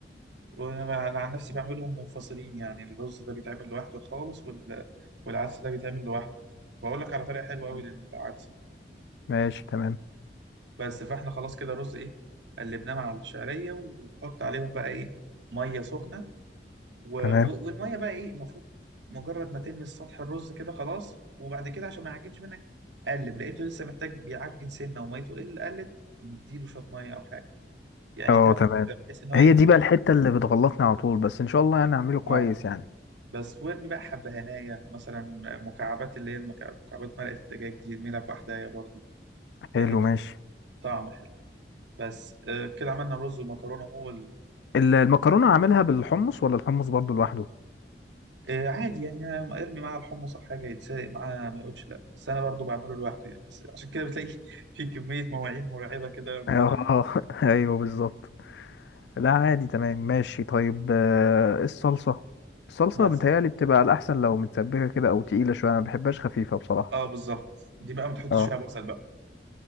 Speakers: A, on the right; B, on the left.
A: وأنا أنا عن نفسي بعملهم منفصلين يعني الرز ده بيتعمل لوحده خالص وال... والعدس ده بيتعمل لوحده وأقول لك على طريقة حلوة أوي
B: مم.
A: للعدس ده
B: ماشي تمام
A: بس فإحنا خلاص كده الرز إيه قلبناه مع الشعرية وحط عليهم بقى إيه مية سخنة و-
B: تمام
A: و- والميه بقى ايه المفروض مجرد ما تلمس سطح الرز كده خلاص وبعد كده عشان ما يعجنش منك قلب لقيته لسه محتاج بيعجن سنه وميته قل قلت نديله شويه ميه او حاجه يعني
B: اه
A: تابعه
B: تمام
A: كده بحيث ان هو
B: هي
A: ايه
B: دي بقى الحته اللي بتغلطني على طول بس ان شاء الله يعني اعمله كويس
A: اه
B: يعني
A: بس وارمي بقى حبه هنايا مثلا مكعبات اللي هي المكع- مكعبات مرقه الدجاج دي ارمي لك واحدايه برضو يعني
B: حلو
A: بتدي
B: ماشي
A: طعم حلو بس آه كده عملنا الرز والمكرونه هو
B: ال- المكرونه اعملها بالحمص ولا الحمص برضو لوحده
A: آه، عادي يعني أنا ارمي معاه الحمص او حاجه يتسرق معاه ما يقولش لا بس انا برضو بعمله لوحده يعني بس عشان كده بتلاقي في كميه مواعين مرعبه كده لما
B: اه
A: تخلص
B: <laughs> ايوه بالظبط لا عادي تمام ماشي طيب آه، الصلصة الصلصة
A: بس
B: متهيألي بتبقى الأحسن لو متسبكة كده أو تقيلة شوية أنا مبحبهاش خفيفة بصراحة
A: اه بالظبط دي بقى ما تحطش
B: اه
A: فيها بصل بقى